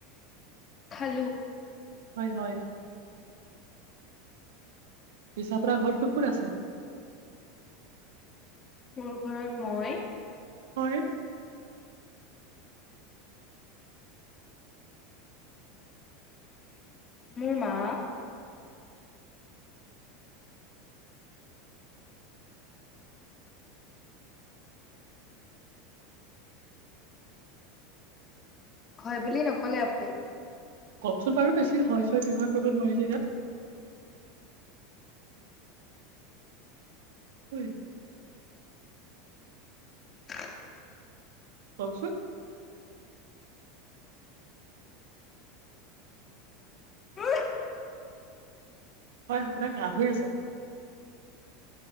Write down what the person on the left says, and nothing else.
খালো
মোৰ ঘৰত মই
মোৰ মা হয় বুলি নকলে আপুনি
<inaudible>
উ